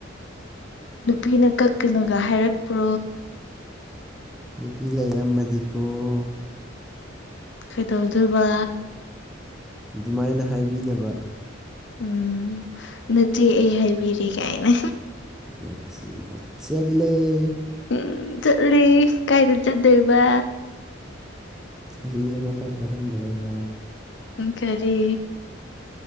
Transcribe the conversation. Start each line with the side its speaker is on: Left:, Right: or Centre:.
Left: ꯅꯨꯄꯤꯅ ꯀꯛꯀꯅꯣꯒ ꯍꯥꯏꯔꯛꯄ꯭ꯔꯣ
Centre: ꯅꯨꯄꯤ ꯂꯩꯔꯝ ꯃꯗꯤꯀ‌ꯣ
Left: ꯀꯩꯗꯧꯗ‌ꯣꯏꯕ
Centre: ꯑꯗꯨꯃꯥꯏꯅ ꯍꯥꯏꯕꯤꯅꯕ
Left: ꯎꯝ ꯅꯠꯇꯦ ꯑꯩ ꯍꯥꯏꯕꯤꯔꯦ ꯀꯥꯏꯅ
Centre: ꯃꯨꯊꯤꯒ ꯆꯠꯂ‌ꯣ
Left: ꯎꯝ ꯆꯠꯂꯤ ꯀꯥꯏꯗ ꯆꯠꯗꯣꯏꯕ
Centre: ꯆꯍꯤ ꯑꯃꯈꯛꯀ ꯑꯍꯜ ꯑꯣꯏꯔꯒ
Left: ꯎꯝ ꯀꯔꯤ